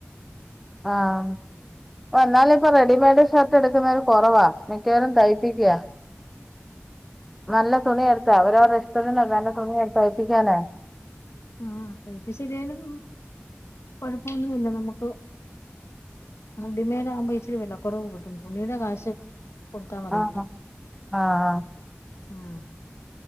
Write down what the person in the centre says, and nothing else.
ആഹ് ഓ എന്നാലും ഇപ്പൊ റെഡിമെയ്ഡ് ഷർട്ട് എടുക്കുന്നവര് കുറവാ. മിക്കവരും തയ്പ്പിക്കുവാ. നല്ല തുണി എടുത്തേ അവരവരുടെ ഇഷ്ടത്തിന് നല്ലതുണി എടുത്ത് തയ്പ്പിക്കാനേ
ആഹ് ആഹ്